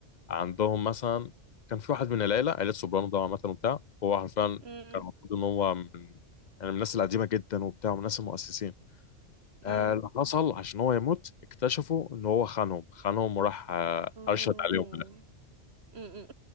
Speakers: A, on the left; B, on the right.
A: عندهم مثلا كان في واحد من العيله عيله سوبرانو ده عامه وبتاع هو حرفيا
B: أمم،
A: كان المفروض ان هو من يعني من الناس القديمه جدا وبتاع ومن الناس المؤسسين آه،
B: أمم،
A: اللي حصل عشان هو يموت اكتشفوا ان هو خانهم خانهم وراح آه،
B: أمم،
A: ارشد عليهم في الآخر.
B: أمم.